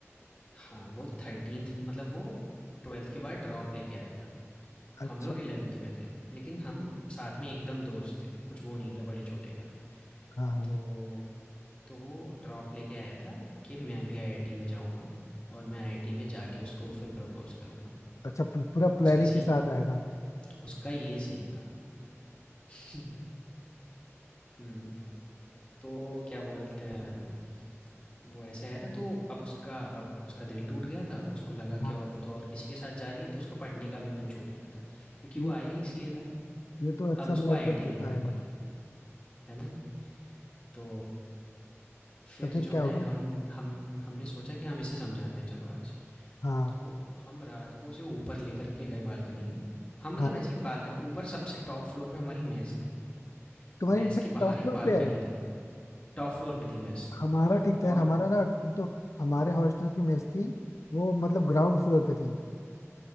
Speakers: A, on the left; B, on the left.
A: हाँ, वो 13th मतलब वो 12th के बाद ड्रॉप लेके आया था।
B: अच्छा
A: हम लोग 11th में थे, लेकिन हम साथ में एकदम दोस्त थे, कुछ वो नहीं था बड़े-छोटे का।
B: हाँ हाँ
A: तो तो वो ड्रॉप लेके आया था कि मैं भी आईआईटी में जाऊँगा और मैं आईआईटी में जाके उसको फिर प्रपोज़ करूँगा।
B: अच्छा पू- पूरा प्लानिंग
A: उसका सीन
B: के साथ आया था
A: उसका ये सीन था। <laughs> हुँ, तो क्या बोलते हैं उम, वो ऐसे आया था तो अब उसका अब उसका दिल टूट गया था। उसको लगा कि
B: हाँ
A: और वो तो और किसी के साथ जा रही है तो उसका पढ़ने का भी मन छूट गया था क्योंकि
B: ये
A: वो आया ही इसलिए था।
B: ये तो अक्सर
A: अब उसको
B: लड़कों
A: आईआईटी
B: में होता
A: भी नहीं करनी
B: है यार।
A: थी, है ना? तो फिर
B: तो फिर
A: जो
B: क्या
A: है
B: होगा
A: हम हम हमने सोचा कि हम इसे समझाते हैं चलो आज।
B: हाँ
A: तो हम रात को उसे ऊपर लेकर के गए बालकनी में। हम मतलब
B: हाँ
A: ऐसे ही बालकनी ऊपर सबसे टॉप फ्लोर पे हमारी मेस थी।
B: तुम्हारी
A: मेस
B: मेस
A: के बाहर
B: टॉप
A: एक
B: फ्लोर
A: बालकनी
B: पे है
A: थी। टॉप फ्लोर पे थी मेस
B: हमारा ठीक था यार
A: और
B: हमारा ना तो हमारे हॉस्टल की मेस थी वो मतलब ग्राउंड फ्लोर पे थी